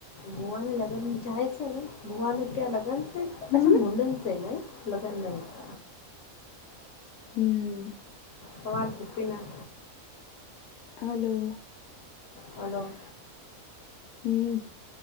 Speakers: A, on the left; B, on the left.
A: ભુવાને લગ્ન જાય છે ને ભુવાને ત્યાં લગ્ન
B: હમ
A: અચ્છા મુડન છે ન લગન ન થ
B: હમ.
A: તમામર ભૂપિના.
B: હલો.
A: હલો.
B: હમ.